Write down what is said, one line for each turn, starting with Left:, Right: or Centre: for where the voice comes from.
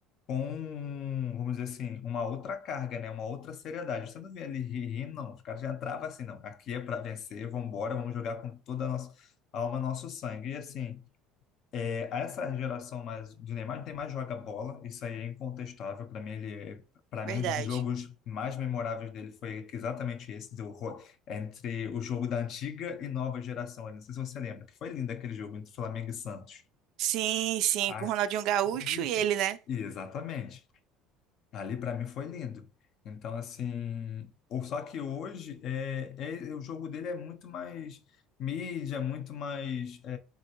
Left: com, um, vamos dizer assim, uma outra carga, né? Uma outra seriedade. Você não vê ele ri- rindo, não. Os caras já entravam assim, não. Aqui é para vencer, vamos embora, vamos jogar com toda a nossa alma, nosso sangue. E assim, é, essa geração mais do Neymar, o Neymar joga bola, isso aí é incontestável. Para mim, ele, para
Right: verdade.
Left: mim, um dos jogos mais memoráveis dele foi exatamente esse, do, Ro- entre o jogo da antiga e nova geração. Eu Não sei se você lembra, que foi lindo aquele jogo entre Flamengo e Santos.
Right: Sim, sim,
Left: Ah,
Right: com o Ronaldinho Gaúcho
Left: <laughs>
Right: e ele, né?
Left: Exatamente. Ali para mim foi lindo. Então, assim, ou só que hoje é, é- o jogo dele é muito mais mídia, muito mais é,